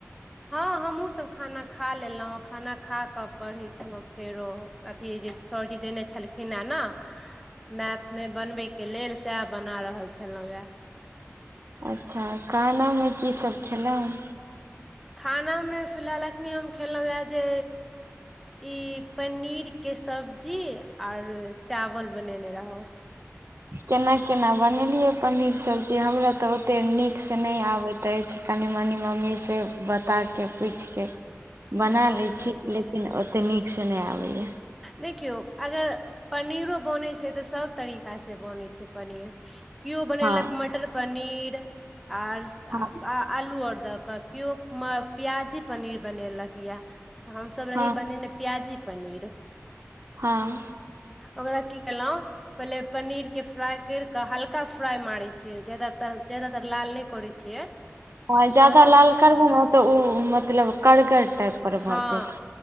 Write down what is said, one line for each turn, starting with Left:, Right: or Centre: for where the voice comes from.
Centre: हँ हमहुँ सब खाना खा लेलहुँ खाना खा कऽ पढ़ै छलहुँ फेरो अथी जे सरजी देने छलखिन हें न
Right: <inaudible>
Centre: मैथ मे बनबै के लेल सेह बना रहल छलहुँ ये
Right: अच्छा खाना मे की सब खेलहुँ
Centre: खानामे फिलहाल अखने हम खेलहुँ ये जे ई पनीर के सब्जी और चावल बनेने रहौं
Right: केना केना बनेलियै पनीर के सब्जी हमरा तऽ ओते नीक से नहि आबैत अछि कनि मनि मम्मी से बताके पूछिके बना
Centre: अच्छा
Right: लैत छी लेकिन ओते नीकसँ नहि आबैयै
Centre: देखियौ अगर पनीरो बनै छै तऽ सब तरीका से बनै छै पनीर कियो बनेलक
Right: हँ
Centre: मटर पनीर आर
Right: हँ
Centre: आलू आओर दऽ कऽ कियो प्याजी पनीर बनेलक ये तऽ हमसब
Right: हँ
Centre: रही बनेने प्याजी पनीर
Right: हँ
Centre: ओकरा की केलौं पहिले पनीर के फ्राइ करि कऽ हल्का फ्राइ मारै छियै ज्यादातर ज्यादातर लाल नहि करै छियै
Right: आ ज्यादा
Centre: हल्का
Right: लाल करबै ने तऽ ओ मतलब करगर टाइप पर भऽ
Centre: हँ
Right: जायत